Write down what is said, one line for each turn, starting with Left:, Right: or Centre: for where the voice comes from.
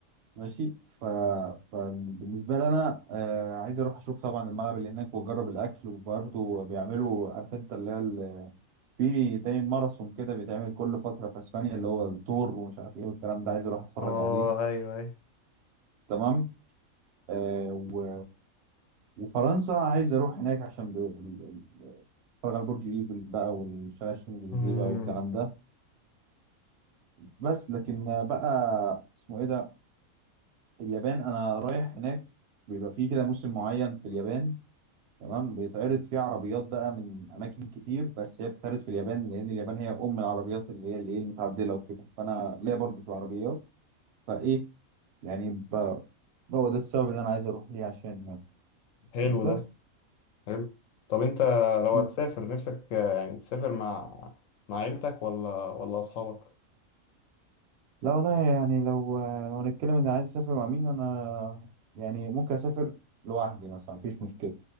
Right: ماشي ف... فبالنسبه لي انا آه عايز اروح اشوف طبعا الملعب اللي هناك واجرب الاكل وبرضه بيعملوا عارف انت اللي هي ال- في زي ماراثون كده بيتعمل كل فتره في اسبانيا اللي هو التور ومش عارف ايه والكلام ده عايز اروح اتفرج
Left: اه
Right: عليه
Left: ايوه ايوه
Right: تمام آه و... وفرنسا عايز اروح هناك عشان بي... ال- ال- اتفرج على برج ايفل بقى والشارع الشانزليزيه
Left: امم
Right: بقى والكلام ده بس لكن آه، بقى اسمه ايه ده اليابان انا رايح هناك بيبقى فيه كده موسم معين في اليابان تمام بيتعرض فيه عربيات بقى من اماكن كتير بس هي بتتعرض في اليابان لان اليابان هي ام العربيات اللي هي اللي هي المتعدله وكده فانا ليا برضه في العربيات فايه يعني ب... هو ده السبب اللي انا عايز اروح ليه عشان يعني
Left: حلو
Right: بس
Left: ده حلو طب انت لو
Right: مم.
Left: هتسافر نفسك آه، يعني تسافر مع مع عيلتك ولا ولا اصحابك
Right: لا والله يعني لو لو هنتكلم ان عايز اسافر مع مين انا يعني ممكن اسافر لوحدي مثلا مفيش مشكله